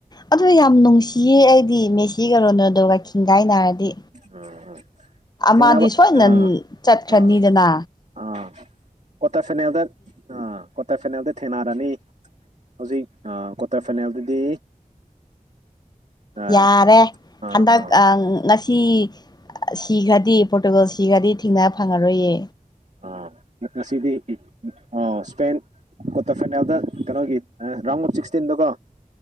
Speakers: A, on the left; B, on the right.
A: ꯑꯗꯨ ꯌꯥꯝ ꯅꯨꯡꯁꯤꯌꯦ ꯑꯩꯗꯤ ꯃꯦꯁꯤ ꯀꯩꯅꯣꯅꯗꯒꯒ
B: ꯎꯝ
A: ꯥꯏ ꯅꯥꯔꯗꯤ
B: ꯑꯥ ꯊꯦꯡꯅꯕ
A: ꯃꯥꯗꯤ ꯁꯣꯏꯅ
B: ꯑꯥ
A: ꯆꯠꯀ ꯈꯅꯤꯗꯅ
B: ꯑꯥ ꯑꯥ ꯀ꯭ꯋꯥꯇꯔ ꯐꯥꯏꯅꯦꯜꯗ ꯑ ꯀ꯭ꯋꯥꯇꯔ ꯐꯥꯏꯅꯦꯜꯗ ꯊꯦꯡꯅꯔꯅꯤ ꯍꯧꯖꯤꯛ ꯀ꯭ꯋꯥꯇꯔ ꯐꯥꯏꯅꯦꯜꯗꯗꯤ ꯑꯥ
A: ꯌꯥꯔꯦ
B: ꯑꯥ
A: ꯍꯟꯗꯛ
B: ꯑꯥ
A: ꯑ ꯉꯁꯤ ꯁꯤꯈ꯭ꯔꯗꯤ ꯄꯣꯔꯇꯨꯒꯜ ꯁꯤꯈ꯭ꯔꯗꯤ ꯊꯦꯡꯅꯕ ꯐꯪꯉꯔꯣꯏꯌꯦ
B: ꯑ ꯉꯁꯤꯗꯤ ꯑ ꯁꯄꯦꯟ ꯀ꯭ꯋꯥꯇꯔ ꯐꯥꯏꯅꯦꯜꯗ ꯀꯩꯅꯣꯒꯤ ꯔꯥꯎꯟ ꯑꯣꯐ ꯁꯤꯛꯁꯇꯤꯟꯗꯣ ꯀꯣ